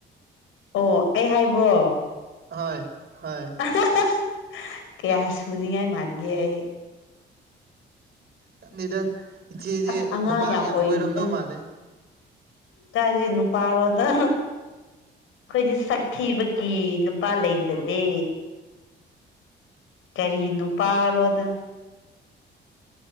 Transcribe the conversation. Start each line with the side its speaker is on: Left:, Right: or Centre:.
Left: ꯑꯣ ꯑꯩ ꯍꯥꯏꯕ꯭ꯔꯣ
Right: ꯍꯣꯏ ꯍꯣꯏ
Left: <unintelligible> ꯀꯌꯥ ꯁꯨꯅꯤꯉꯥꯏ ꯃꯥꯟꯒꯦ ꯑꯩ
Right: ꯇꯟꯅꯤꯗ ꯏꯆꯦꯁꯦ
Left: ꯑꯁ ꯑꯉꯥꯡ
Right: ꯅꯨꯄꯥꯒ ꯌꯥꯝ
Left: ꯑꯣꯏꯔꯤꯗ
Right: ꯀꯣꯏꯔꯝꯗꯧ ꯃꯥꯜꯂꯦ
Left: ꯀꯥꯏꯗꯒꯤ ꯅꯨꯄꯥꯔꯣꯗ ꯑꯈꯣꯏꯗꯤ ꯁꯛ ꯊꯤꯕꯒꯤ ꯅꯨꯄꯥ ꯂꯩꯖꯗꯦ ꯀꯔꯤ ꯅꯨꯄꯥꯔꯣꯗ